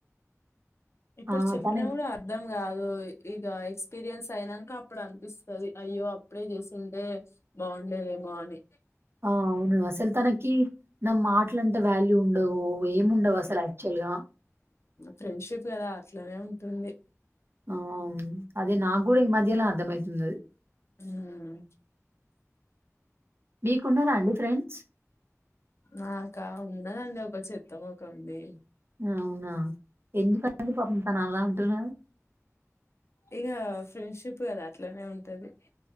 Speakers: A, on the left (about 55°); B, on the right (about 45°).
A: ఇప్పుడు
B: ఆ!
A: చెప్పినా
B: తనే
A: గుడా అర్ధం గాదు ఇగ ఎక్స్ క్స్పీరియన్స్ అయినంక అప్పుడు అనిపిస్తది. అయ్యో అప్పుడే చేసింటే బాగుండేదేమో అని
B: ఆ అవును అసలు తనకి న మాటలంటే వాల్యూ ఉండవు. ఏముండవు అసలు యాక్చువల్ గా
A: ఫ్రెండ్షిప్ కదా అట్లనే ఉంటుంది.
B: ఆ ఆమ్ అది నాగూడ ఈ మాధ్యాల్నే అర్థమయతుంది అది
A: మ్మ్
B: మీకు ఉన్నారా అండి ఫ్రెండ్స్?
A: నాకా ఉన్నదండి ఒక చెత్తం మొకంది
B: అవునా ఎందుకు అండి పపం తాన అలా అంటున్నారు.
A: ఇగ ఫ్రెండ్షిప్ కదా అట్లనే ఉంటది.